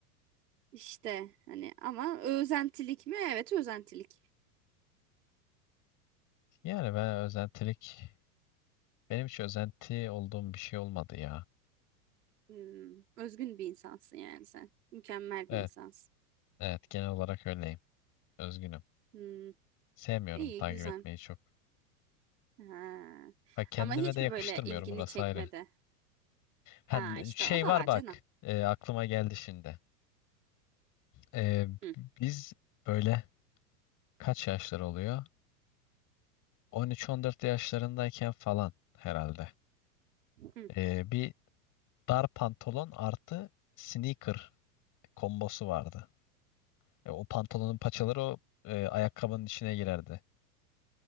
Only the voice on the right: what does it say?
İşte hani ama özentilik mi? Evet özentilik.
Hmm, özgün bir insansın yani sen. Mükemmel
bir insansın.
Hmm,
iyi
güzel.
Ha.
Ama hiç
mi böyle ilgini
çekmedi?
Ha işte
o da
var
canım.
Hı,
hı.